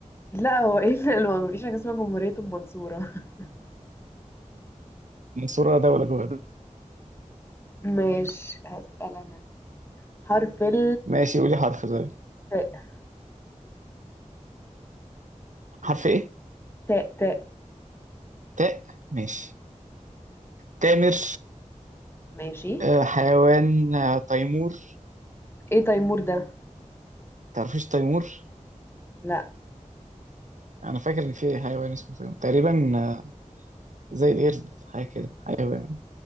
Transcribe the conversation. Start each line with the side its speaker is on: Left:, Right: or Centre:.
Left: لا هو ايه اللي ما مفيش حاجة اسمها جمهورية المنصورة <laughs>
Right: المنصورة دولة جوه ده.
Left: ماشي هسأل انا حرف ال
Right: ماشي قولي حرف ده
Left: تاء
Right: حرف ايه
Left: تاء تاء
Right: تاء ماشي تامر
Left: ماشي
Right: آه، حيوان آه، تيمور
Left: ايه تيمور ده
Right: تعرفيش تيمور
Left: لا
Right: انا فاكر ان في حيوان اسمه تيمور تقريبا آه، زي القرد حاجة كده حيوان